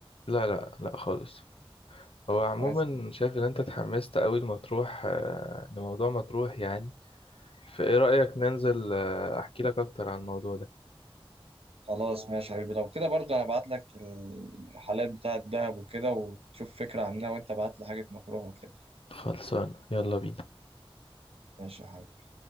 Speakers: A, on the left; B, on the right.
A: لا لا لا خالص هو
B: طب
A: عموما
B: كويس جدا.
A: شايف ان انت اتحمست قوي لمطروح آه، لموضوع مطروح يعني فايه رأيك ننزل آه، احكي لك اكتر عن الموضوع ده
B: خلاص ماشي يا حبيبي لو كده برضه انا ابعت لك الرحلات بتاعة دهب وكده وتشوف فكرة عنها وانت ابعت لي حاجة مطروح وكده
A: خلصان يلا بينا
B: ماشي يا حبيبي